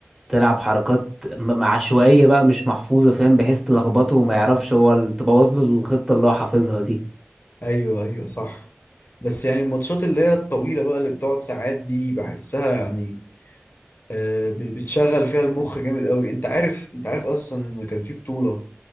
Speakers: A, in the centre; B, on the left.
A: تلعب حركات م- م- عشوائية بقى مش محفوظة فاهم بحيث تلخبطه وما يعرفش هو ال- تبوظ له الخطة اللي هو حافظها دي
B: ايوه ايوه صح بس يعني الماتشات اللي هي الطويلة بقى اللي بتقعد ساعات دي بحسها يعني آه، ب- بتشغل فيها المخ جامد قوي انت عارف انت عارف اصلا كان في بطولة